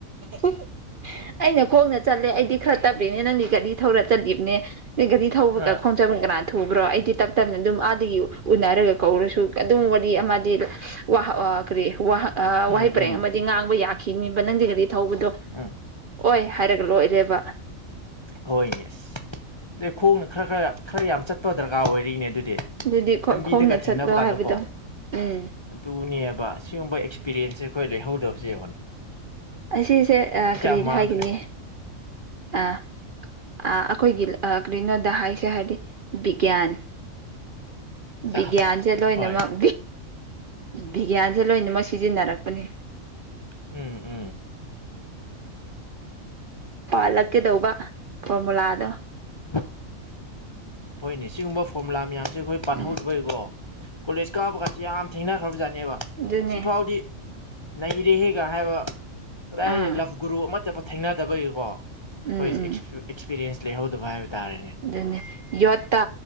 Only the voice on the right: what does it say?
ꯎ ꯑꯩꯅ ꯈꯣꯡꯅ ꯆꯠꯂꯦ ꯑꯩꯗꯤ ꯈꯔ ꯇꯞꯔꯤꯅꯦ ꯅꯪꯗꯤ ꯒꯥꯔꯤ ꯊꯧꯔ ꯆꯠꯂꯤꯕꯅꯦ ꯅ ꯒꯥꯔꯤ ꯊꯧꯕꯒ
ꯈꯣꯡꯖꯕ ꯀꯅꯥ ꯊꯨꯕ꯭ꯔꯣ ꯑꯩꯗꯤ ꯇꯞ ꯇꯞꯅ ꯑꯗꯨꯝ ꯑꯥꯗꯒꯤ ꯎꯅꯔꯒ ꯀꯧꯔꯁꯨ ꯑꯗꯨꯝ ꯋꯥꯔꯤ ꯑꯃꯗꯤ ꯋꯥꯍ ꯀꯔꯤ ꯋꯥꯍ
ꯋꯥꯍꯩ ꯄꯔꯦꯡ
ꯑꯃꯗꯤ ꯉꯥꯡꯕ ꯌꯥꯈꯤꯅꯤꯕ ꯅꯪꯗꯤ ꯀꯔꯤ ꯊꯧꯕꯗꯣ
ꯑꯣꯏ ꯍꯥꯏꯔꯒ ꯂꯣꯏꯔꯦꯕ
ꯑꯗꯨꯗꯤ
ꯈꯣꯡꯅ
ꯆꯠꯂꯣ
ꯍꯥꯏꯕꯗꯣ ꯎꯝ
ꯑꯁꯤꯁꯦ ꯀꯔꯤꯗ
ꯍꯥꯏꯒꯅꯤ ꯑ ꯑꯩꯈꯣꯏꯒꯤ ꯀꯔꯤꯅꯣꯗ ꯍꯥꯏꯁꯦ ꯍꯥꯏꯔꯗꯤ ꯕꯤꯒ꯭ꯌꯥꯟ
ꯕꯤꯒ꯭ꯌꯥꯟꯁꯦ ꯂꯣꯏꯅꯃꯛ
ꯕꯤꯒ꯭ꯌꯥꯟꯁꯦ ꯂꯣꯏꯅꯃꯛ ꯁꯤꯖꯤꯟꯅꯔꯛꯄꯅꯦ
ꯄꯥꯜꯂꯛꯀꯦꯗꯧꯕ ꯐꯣꯔꯃꯨꯂꯥꯗꯣ
ꯎꯝ
ꯑꯗꯨꯅꯦ
ꯑꯥ
ꯎꯝ ꯎꯝ
ꯑꯗꯨꯅꯤ ꯌꯣꯠꯇ